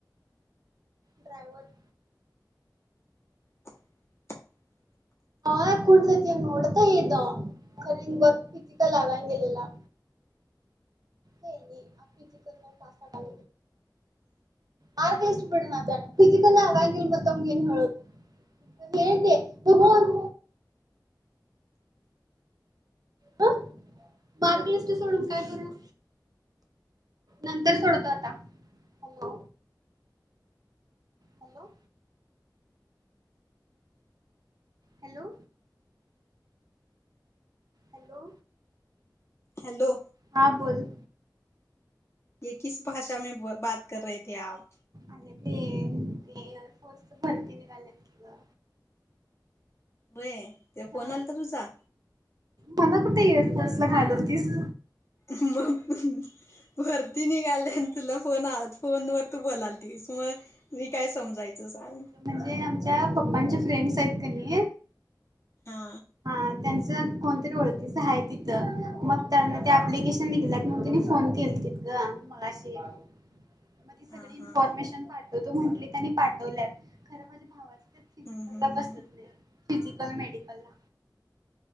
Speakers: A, on the right; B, on the left.
A: ड्रायवर
B: <inaudible>
A: ह कुठततीय नोडत येतव खर बघ फिती का लागग गेलेला आप चिकन म पास्ता
B: <inaudible>
A: मारक इश पड नाताण फिजिकल आगल मतवंगग न हत खते पूर् ह बार्क लिस्ट सोडून काय करू नंतर सोडतो आता hello hello hello hello
B: hello
A: हां बोल
B: ये किस भाषा मे बाात कर रे े आप
A: अ ते ते एअरफोर्स परते निघालात की ग
B: होय ते फोन
A: हा
B: आला तर तुझा
A: मला कुठे एअरफोर्न्स ला घालवतीस
B: <inaudible> वरती निघाली आणि तुला फोन आ फोन वर तू बोलाल तीस मग मी काय समजायचं सग
A: म्हणजे आमच्या पप्पांच्या फ्रेंड्स आहेत काली
B: हा
A: त्यां कोणतरी ओखीचं आहे तिथ मग त्यां अप्लिकेशन निघ फोन के गं मलाशी
B: <inaudible>
A: मग ती सगळी इन्फॉर्मेशन
B: हा
A: पाठवतो म्हंटली त्यांनी पाठवल्यात खरं माझ्या भावाच
B: हम्म
A: फिजिकल
B: हम्म
A: ला
B: हम्म
A: बसत नाही फिजिकल मेडिकल ला